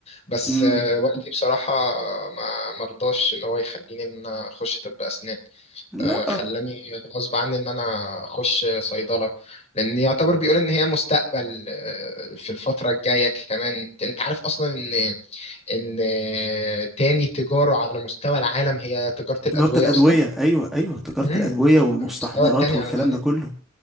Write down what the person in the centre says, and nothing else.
مم.
لا
تجارة الأدوية
أيوة أيوة تجارة
الأدوية والمستحضرات
والكلام
ده كله